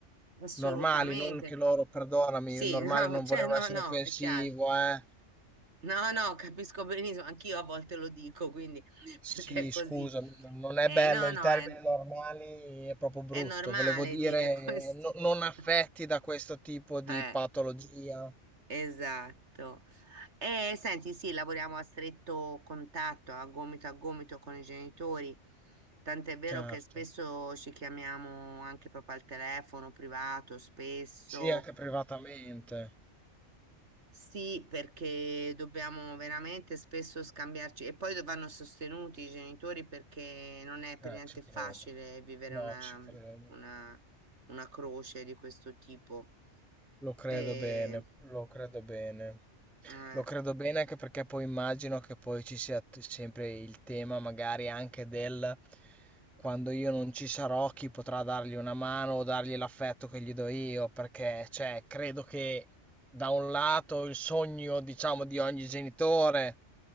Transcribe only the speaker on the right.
assolutamente.
Sì,
<laughs> no,
cioè,
no,
no,
è chiaro.
No, no, capisco benissimo, anch'io a volte lo dico, quindi <laughs>
perché è così.
Eh,
no,
no,
è,
è normale
dire questo.
<laughs>
Eh.
Esatto. E senti, sì, lavoriamo a stretto contatto, a gomito a gomito con i genitori, tant'è vero
che spesso ci chiamiamo anche proprio al telefono privato, spesso
sì, perché dobbiamo veramente spesso scambiarci e poi vanno sostenuti i genitori perché non è per
niente
facile vivere
una,
una, una croce di questo tipo.
E,
eh,